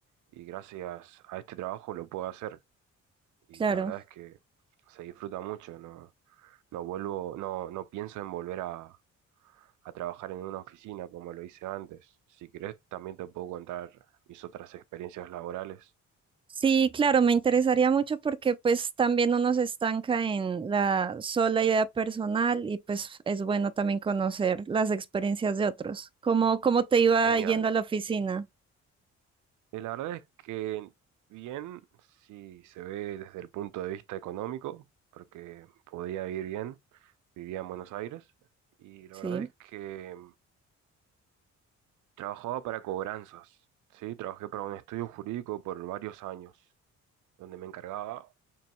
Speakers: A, on the right (about 75°); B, on the right (about 20°).
A: y gracias a este trabajo lo puedo hacer. y
B: Claro.
A: la verdad es que se disfruta mucho, no, no vuelvo, no, no pienso en volver a, a trabajar en una oficina como lo hice antes. Si querés, también te puedo contar mis otras experiencias laborales.
B: Sí, claro, me interesaría mucho porque pues también uno se estanca en la sola idea personal y pues es bueno también conocer las experiencias de otros. cómo cómo te iba
A: Genial.
B: yendo a la oficina?
A: Y la verdad es que bien, si se ve desde el punto de vista económico, porque podía ir bien, vivía en Buenos Aires, y la
B: Sí,
A: verdad es que trabajaba para cobranzas, ¿sí? Trabajé para un estudio jurídico por varios años, donde me encargaba